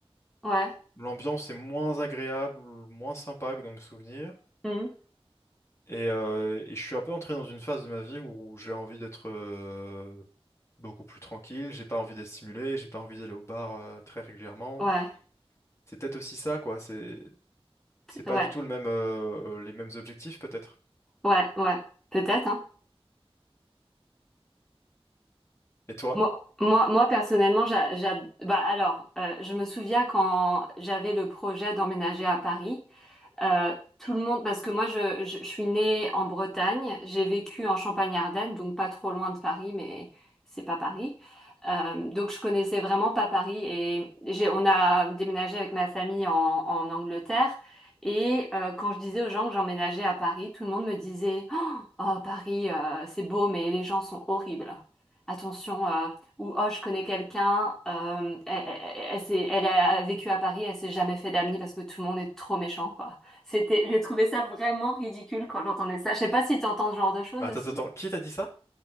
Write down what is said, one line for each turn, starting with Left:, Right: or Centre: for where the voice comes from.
Centre: Ouais.
Left: L'ambiance est moins agréable, moins sympa que dans mes souvenirs.
Centre: Hmm.
Left: Et, euh, et je suis un peu entré dans une phase de ma vie où j'ai envie d'être euh, beaucoup plus tranquille, j'ai pas envie d'être stimulé, j'ai pas envie d'aller au bar euh, très régulièrement.
Centre: Ouais.
Left: C'est peut-être aussi ça, quoi. C'est c'est pas
Centre: Ouais.
Left: du tout le même euh, les mêmes objectifs peut-être.
Centre: Ouais. Ouais. Peut-être, hein.
Left: Et toi?
Centre: Moi, moi, moi, personnellement, j'a, j'a- bah, alors, euh, je me souviens quand j'avais le projet d'emménager à Paris. Euh, tout le monde, parce que moi, je, je, je suis née en Bretagne, j'ai vécu en Champagne-Ardenne, donc pas trop loin de Paris, mais c'est pas Paris. Euh, donc je connaissais vraiment pas Paris et j'ai, on a déménagé avec ma famille en, en Angleterre. Et euh, quand je disais aux gens que j'emménageais à Paris, tout le monde me disait, oh, oh, Paris, euh, c'est beau, mais les gens sont horribles. Attention, euh, ou oh, je connais quelqu'un, euh, elle, elle, elle s'est- elle a vécu à Paris, elle s'est jamais fait d'amis parce que tout le monde est trop méchant, quoi. C'était, j'ai trouvé ça vraiment ridicule quand j'entendais ça. Je sais pas si tu entends ce genre de choses
Left: Attends,
Centre: aussi,
Left: attends, attends. Qui t'a dit ça?